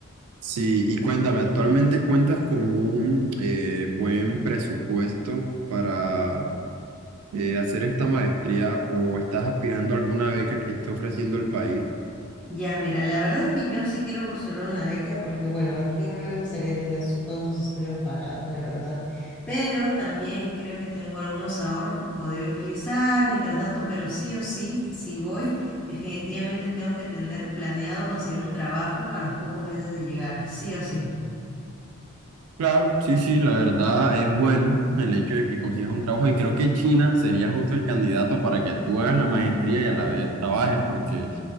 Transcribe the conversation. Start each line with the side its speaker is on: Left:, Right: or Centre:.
Right: Sí, y cuéntame, ¿actualmente cuentas con un eh, buen presupuesto para eh, hacer esta maestría o estás aspirando a alguna beca que esté ofreciendo el país?
Centre: Ya, mira, la verdad es que yo sí quiero buscar una beca porque, bueno, a quién no le gustaría tener su- todos sus estudios pagados, la verdad. Pero también creo que tengo algunos ahorros que podría utilizar mientras tanto, pero sí o sí, si voy, definitivamente tengo que tener planeado conseguir un trabajo a los pocos meses de llegar, sí o sí.
Right: Claro, sí, sí, la verdad es bueno el hecho de que consigas un trabajo y creo que China sería justo el candidato para que tú hagas la maestría y a la vez trabajes, porque